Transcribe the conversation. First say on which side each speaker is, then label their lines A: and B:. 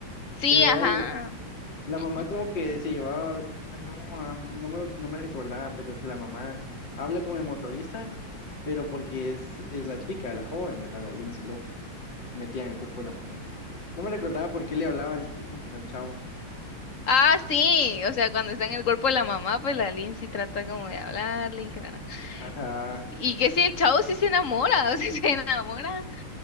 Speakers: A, on the left (about 40°); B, on the left (about 60°).
A: sí,
B: Igual,
A: ajá.
B: la
A: ujú.
B: mamá como que se llevaba, ah, no, ah, no me, no me recordaba, pero es que la mamá habla con el motorista, pero porque es, es la chica, la joven, ¿verdad? La Lindsay Lohan, metía en el cuerpo de la mamá. No me recordaba por qué le hablaba al chico, al chavo.
A: Ah, sí, o sea, cuando está en el cuerpo de la mamá, pues la Lindsay trata como de hablarle y que la-
B: Ajá,
A: Y que si el chavo sí se enamora, <laughs> o sea, se enamora